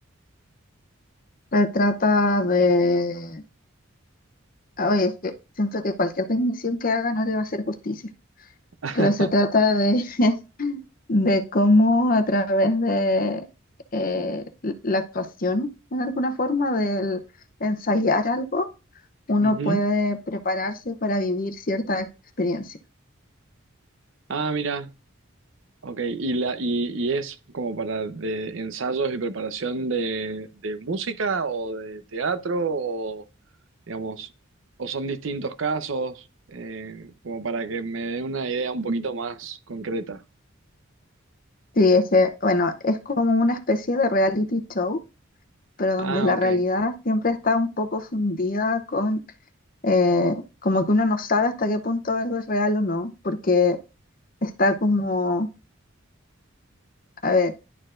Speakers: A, on the left; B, on the right.
A: se trata de... ah, Oye, es que siento que cualquier definición que haga no le va a hacer justicia,
B: <laughs>
A: pero se trata de, de cómo a través de eh, la actuación, en alguna forma, del ensayar algo, uno
B: Ujú.
A: puede prepararse para vivir cierta experiencia.
B: Ah, mira. Ok, y, la, y, y es como para de ensayos y preparación de, de música o de teatro o, digamos, o son distintos casos, eh, como para que me dé una idea un poquito más concreta.
A: Sí, ese, bueno, es como una especie de reality show, pero donde
B: Ah,
A: la
B: ok.
A: realidad siempre está un poco fundida con, eh, como que uno no sabe hasta qué punto algo es real o no, porque está como, a ver,